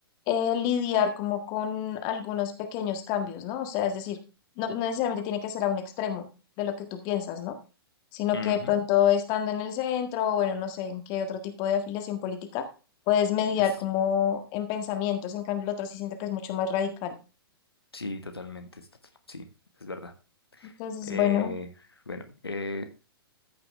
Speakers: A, on the left; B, on the left.
A: eh, lidiar como con algunos pequeños cambios, ¿no? O sea, es decir, no, no necesariamente tiene que ser a un extremo de lo que tú piensas, ¿no? Sino
B: Ujú,
A: que de pronto estando en el centro, o bueno, no sé en qué otro tipo de afiliación política, puedes mediar
B: Es,
A: como en pensamientos, en cambio el otro sí siento que es mucho más radical.
B: sí, totalmente, es tot- sí, es verdad.
A: Entonces,
B: Eh,
A: bueno,
B: bueno, eh,